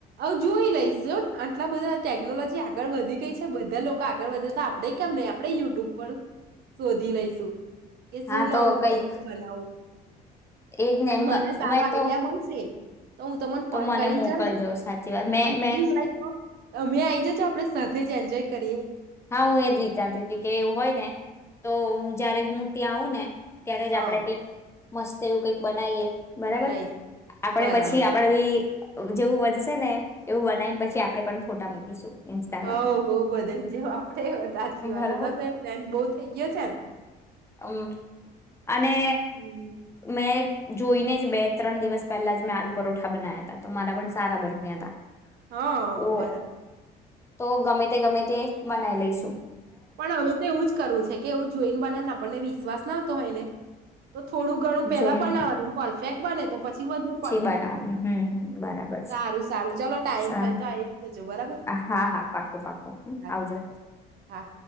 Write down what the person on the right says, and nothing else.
હ જોઈ લઈશ આટલા બધા ટેકનોલોજી આગળ વધી ગઈ છે. બધા લોકો આગળ વધે તો આપણેે કેમ નહી આપણે યુટ્યુબ પર શોધી લઈશું. કે
શું
ન
વસ્તુ બનાવું?
અને મને સારો
આઈડિયા
મળશે તો હું તમને
ફોન
કરીને
જણાવ
અને
પલી વાત તો તમે આઈ જજો આપે સાથે એન્જોય કરીએ.
હા
બનાવીશ
બરાબર
હા હો બ જે આપડે સાચી વાત
તો તો ટ્રેન્ડ બહુ થઈ ગયો છે
હમ્મ
હા
બરાબર.
પણ હવે તો એવું જ કરવું છે કે એવું જોઈને બને ને આપણને વિશ્વાસ ન આવતો હોયને તો થોડું ઘણું પેલા
બનાવાનું પરફેક્ટ બને તો પછી વધારે ક્વોન્ટિટી
બનાવનું.
સારું સારું ચાલો ટાઈમ
હોય તો આવી જજો બરાબર
હ
ચોક્કસ હા.